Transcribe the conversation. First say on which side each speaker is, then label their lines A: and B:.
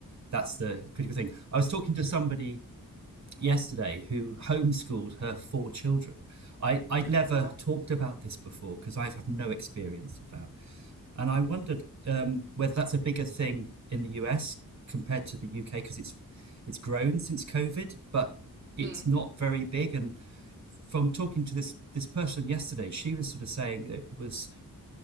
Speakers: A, on the right; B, on the right.
A: that's the critical thing. I was talking to somebody yesterday who homeschooled her four children. I, I'd never
B: Oh, wow.
A: talked about this before because I have no experience of that. And I wondered um, whether that's a bigger thing in the US compared to the UK because it's it's grown since COVID, but it's
B: Mm.
A: not very big. And from talking to this this person yesterday, she was sort of saying it was